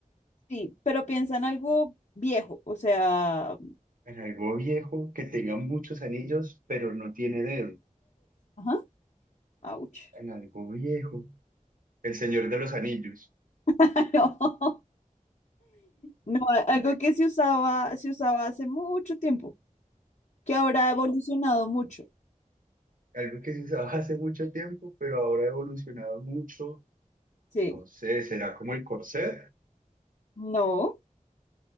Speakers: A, on the left (about 55°); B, on the right (about 80°).
A: así, pero piensan algo viejo, o sea,
B: en algo viejo, que tenga muchos anillos, pero no tiene dedo.
A: ajá, ouch.
B: En algo viejo. El Señor de los Anillos.
A: <laughs> No, no, a- algo que se usaba, se usaba hace mucho tiempo, que ahora ha evolucionado mucho.
B: Algo que se usaba <laughs> hace mucho tiempo, pero ahora ha evolucionado mucho.
A: Sí.
B: No sé, será como el corset.
A: No,